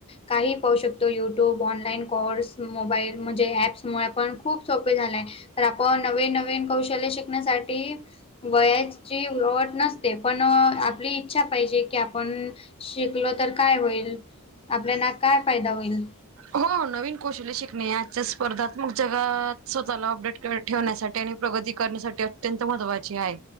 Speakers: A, on the left; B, on the right.
A: काही पाहू शकतो युट्यूब ऑनलाईनर् मोबाईल म्हणजे ॲप्समुळे पण खूप सोपे झालं आहे तर आपण नवीन नवीन कौशल्य शिकण्यासाठी वयाची ओट नसते पण आपली इच्छा पाहिजे की आपण शिकलो तर काय होईल आपल्याना काय फायदा होईल
B: हो नवीन कौशली शिकणे आजच्या स्पर्धात मग जगात स्वतःला अपडेट ठेवण्यासाठी आणि प्रगती करण्यासाठी अत्यंत महत्त्वाची आहे